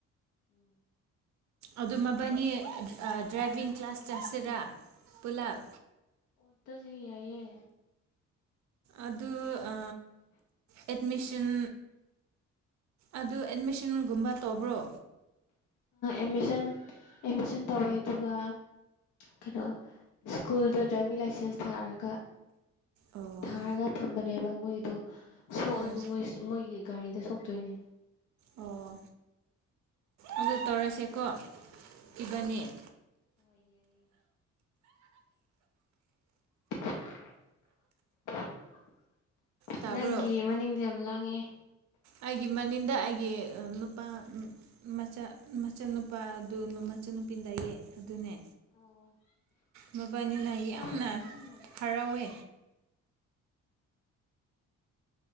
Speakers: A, on the left; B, on the right.
A: ꯎꯝ
B: ꯑꯗꯨ ꯃꯕꯥꯅꯤ ꯗ꯭ꯔꯥꯏꯚꯡ ꯀ꯭ꯂꯥꯁ ꯆꯥꯁꯤꯔꯥ ꯄꯨꯂꯞ
A: ꯑꯣꯗ ꯁ ꯌꯥꯌꯦ
B: ꯑꯗꯨ ꯑ ꯑꯦꯠꯃꯤꯁꯟ ꯑꯗꯨ ꯑꯦꯠꯃꯤꯁꯟꯒꯨꯝꯕ ꯇꯧꯕ꯭ꯔꯣ
A: ꯑꯃꯤꯁꯟ ꯑꯦꯃꯤꯁꯟ ꯇꯧꯋꯦ ꯑꯗꯨꯒ ꯀꯩꯅꯣ ꯁ꯭ꯀꯨꯜꯗ ꯗ꯭ꯔꯥꯏꯚꯤꯡ ꯂꯥꯏꯁꯦꯟꯁ ꯊꯥꯔꯒ
B: ꯑꯣ
A: ꯊꯥꯔꯒ ꯊꯝꯕꯅꯦꯕ ꯃꯣꯏꯗꯣ ꯁꯣꯛꯑꯁꯨ
B: ꯍꯣꯏ
A: ꯃꯣꯏ ꯃꯣꯏꯒꯤ ꯒꯥꯔꯤꯗ ꯁꯣꯛꯇꯣꯏꯅꯦ
B: ꯑꯣ ꯑꯗꯨ ꯇꯧꯔꯁꯦꯀꯣ
A: ꯑꯝ
B: ꯏꯕꯥꯅꯤ
A: ꯍꯏꯌꯦꯌꯦ <unintelligible>
B: ꯇꯥꯕ꯭ꯔꯣ
A: ꯅꯪꯒꯤ ꯃꯅꯤꯡꯗꯤ ꯌꯥꯝ ꯂꯥꯡꯉꯦ
B: ꯑꯩꯒꯤ ꯃꯅꯤꯡꯗ ꯑꯩꯒꯤ ꯅꯨꯄꯥ ꯃꯆꯥ ꯃꯆꯥ ꯅꯨꯨꯄꯥ ꯑꯗꯨ ꯃꯁꯨ ꯅꯨꯄꯤ ꯂꯏꯌꯦ ꯑꯗꯨꯅꯦ
A: ꯑ
B: ꯃꯕꯥꯅꯤꯅ ꯌꯥꯝꯅ
A: ꯂꯥꯡꯉꯦ ꯌꯥꯝꯅ
B: ꯍꯔꯥꯎꯋꯦ